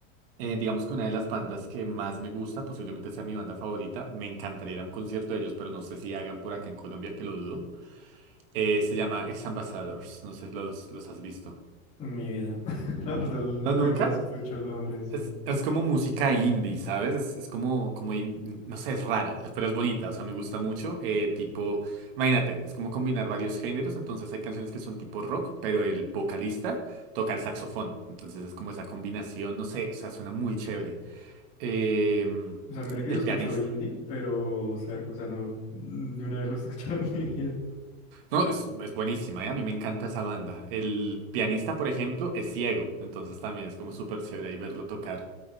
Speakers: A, on the right (about 40°); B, on the left (about 15°).
A: eh, digamos que una de las bandas que más me gusta, posiblemente sea mi banda favorita, me encantaría ir a un concierto de ellos, pero no sé si hagan por acá en Colombia, que lo dudo. eh, se llama Ex Ambassadors, no sé si los, los has visto.
B: en mi vida. <laughs> La verdad, la
A: ¿No, nunca?
B: primera vez que escucho el nombre, sí.
A: Es, es como música indie, ¿sabes? Es, es como, como, in- no sé, es rara, pero es bonita, o sea, me gusta mucho. eh, tipo, imagínate, es como combinar varios géneros, entonces hay canciones que son tipo rock, pero el vocalista toca el saxofón, entonces es como esa combinación, no sé, o sea, suena muy chévere. Em,
B: O sea, mira que
A: el
B: yo escucho
A: pianista.
B: indie, pero cero. O sea, no, ni una vez lo he <laughs> escuchado en mi vida.
A: No, es, es buenísima, ¿eh? A mí me encanta esa banda. El pianista, por ejemplo, es ciego, entonces también es como súper chévere ahí verlo tocar.